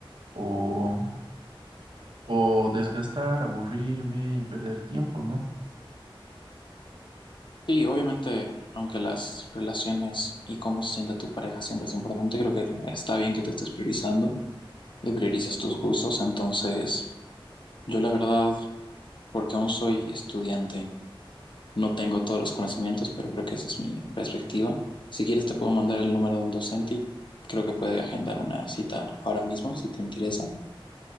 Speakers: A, on the right (about 60°); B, on the left (about 55°).
A: o, o desgastar, aburrirme y perder tiempo, ¿no?
B: Sí, obviamente, aunque las relaciones y cómo se siente tu pareja siempre es importante, creo que está bien que te estés priorizando y priorices tus gustos. Entonces, yo la verdad, porque aún soy estudiante no tengo todos los conocimientos, pero creo que esa es mi perspectiva. Si quieres te puedo mandar el número de un docente y creo que puede agendar una cita ahora mismo, si te interesa.